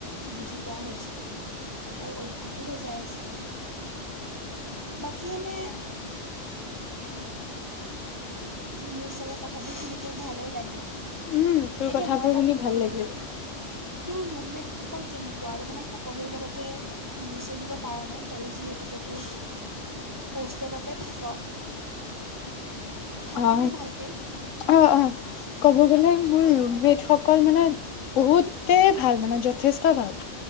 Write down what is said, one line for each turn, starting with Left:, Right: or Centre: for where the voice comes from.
Right: বুজি পোৱা হৈছো আৰু অভ্যাস হৈ যায় আছে, বাকী এনে মোৰ চাগে কথাবোৰ শুনিতো ভালেই লাগিল।
Left: উম
Right: এতিয়া
Left: তোৰ কথাবোৰ
Right: মই এটা
Left: শুনি
Right: তোক
Left: ভাল
Right: সোধো
Left: লাগিল।
Right: তোৰ ৰুমমেটসকল কেনেকুৱা আৰু মানে সকলো লগতে মিলি চলিব পাৰ নাই, তইও যিহেতো হোষ্টেলতে থাক। থাকনে
Left: অ
Right: ভালকে?
Left: অ অ ক'ব গ'লে মোৰ ৰুমেটসকল মানে বহুতেই ভাল মানে যথেষ্ট ভাল